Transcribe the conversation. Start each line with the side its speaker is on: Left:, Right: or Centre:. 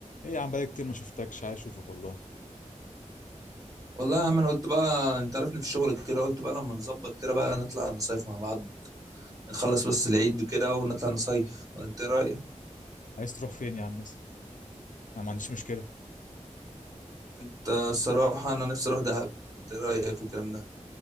Left: ايه يا عم بقالي كتير ما شفتكش عايز اشوفك والله
Right: والله يا عم انا قلت بقى انت عارفني في الشغل كده قلت بقى لما نظبط كده بقى نطلع نصيف مع بعض نخلص بس العيد كده ونطلع نصيف ولا انت إيه رايك
Left: عايز تروح فين يا عم مثلا انا ما عنديش مشكله
Right: انت الصراحه انا نفسي اروح دهب انت إيه رايك في الكلام ده